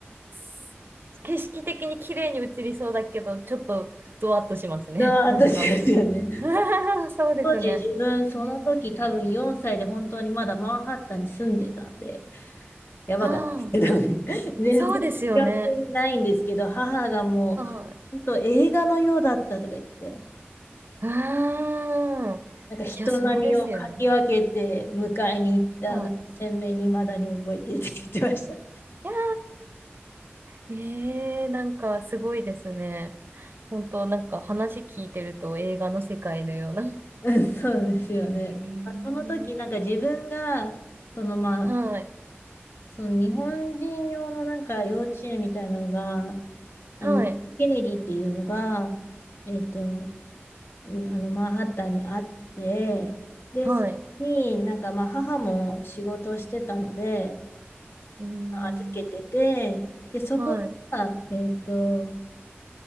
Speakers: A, on the right; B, on the left.
A: す景色的に綺麗に映りそうだけど、ちょっと、ゾワッとしますね。
B: うわ、
A: <laughs> なんか。
B: 私ですよね。
A: <laughs> そうですね。
B: 当時自分、その時多分4歳で本当にまだマンハッタンに住んでたんで、
A: ね
B: やばかったですけどね。
A: ああ、
B: <laughs> 全然記憶にないんですけど、
A: そうですよね。
B: 母がもう、
A: はい。
B: 本当映画のようだったとか言って、
A: うーん。
B: なんか人波をかき分けて迎えに行ったのを鮮明に未だに覚えていて言ってました。
A: いや、そうですよね。はい。いやー、ええなんかすごいですね。本当なんか話聞いてると映画の世界のような。
B: うん、そうですよね。
A: えー、
B: まあその時、なんか自分が、そのまあ、
A: はい、
B: その日本人用のなんか幼稚園みたいなのが、あの、
A: はい、
B: ケネディっていうのが、えっと、んあの、マンハッタンにあって、で、
A: はい、
B: そこになんかまあ母も仕事をしてたので、
A: うーん、
B: 預けてて、で、そこが、
A: はい、
B: えっと、